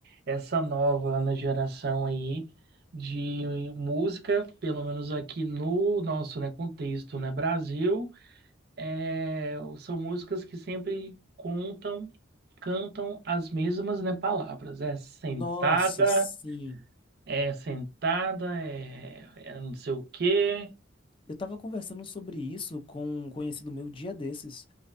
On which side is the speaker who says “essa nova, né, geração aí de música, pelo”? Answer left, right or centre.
Right